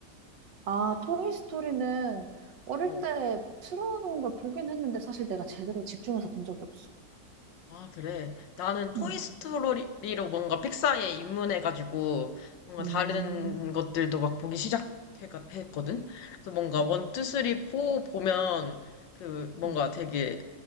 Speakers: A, on the right (about 80°); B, on the left (about 85°).
A: 아, 토이 스토리는 어릴
B: 어.
A: 때 틀어놓은 걸 보긴 했는데, 사실 내가 제대로 집중해서 본 적이 없어.
B: 아, 그래. 나는 토이스토리로
A: 응,
B: 뭔가 픽사에 입문해가지고 뭔가
A: 음,
B: 다른 것들도 막 보기 시작했거든? 그래서 뭔가
A: 응,
B: 원, 투, 쓰리, 포 보면 그 뭔가
A: 응.
B: 되게